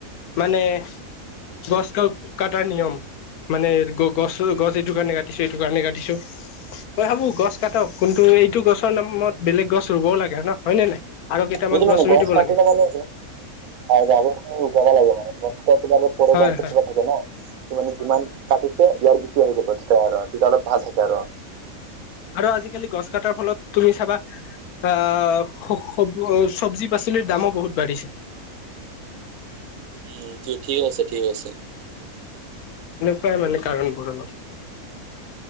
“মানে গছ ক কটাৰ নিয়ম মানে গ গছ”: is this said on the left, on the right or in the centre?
Left